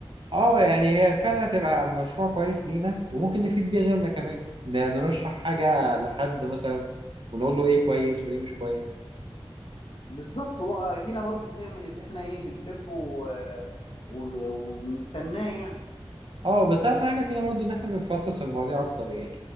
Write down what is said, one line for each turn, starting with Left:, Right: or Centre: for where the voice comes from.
Right: اه يعني هي فعلا هتبقى مشروع كويس لينا وممكن نفيد بيه غيرنا كمان ن- نرشح حاجة لحد مثلا ونقول له ايه كويس وايه مش كويس
Left: بالظبط وادينا برضو بنعمل اللي احنا ايه بنحبه و- وب- وبنستناه يعني
Right: اه بس احسن حاجة فينا برضو ان احنا بنفصص المواضيع اكتر يعني